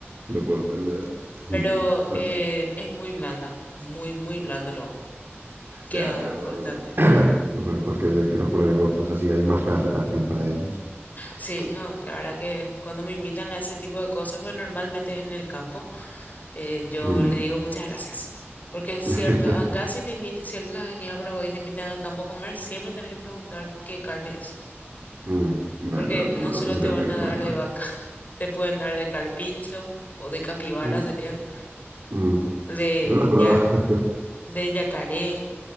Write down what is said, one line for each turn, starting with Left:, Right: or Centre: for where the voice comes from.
Right: lo puedo entender.
Left: Pero
Right: Mm. Ah,
Left: eh, es muy blanda, muy, muy blanda lo queda
Right: Ya, pero
Left: bastante.
Right: <clears throat> bueno, pues que, que lo prueben otros, así hay más para repartir para ellos.
Left: Sí, no, la verdad que cuando me invitan a ese tipo de cosas, pues normalmente es en el campo. eh, yo
Right: Mm.
Left: le digo muchas gracias. Porque es cierto,
Right: <laughs>
Left: acá si te invitan, si alguna avenida a Paraguay y te invitan al campo a comer, siempre tenés que preguntar qué carne es.
Right: Mm, dale,
Left: Porque
Right: lo, tomo-
Left: no
Right: lo
Left: solo
Right: tendré
Left: te van
Right: muy en
Left: a
Right: cuenta.
Left: dar de vaca, <laughs> te pueden dar de carpincho o de capibara
Right: Mm.
Left: sería,
Right: Mm,
Left: de,
Right: no la prueba.
Left: ya,
Right: <laughs>
Left: de yacaré,